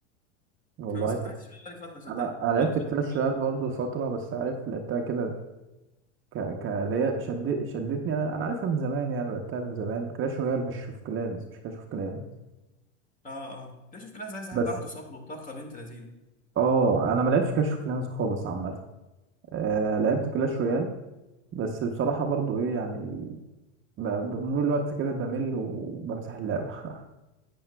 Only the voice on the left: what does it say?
فبس ما فتحتش بقى بقالي فتره صدقني
بقالي فتره
كبيره
اه اه ليش في كلان عايز حد
عنده صبر وطاقه بنت لذين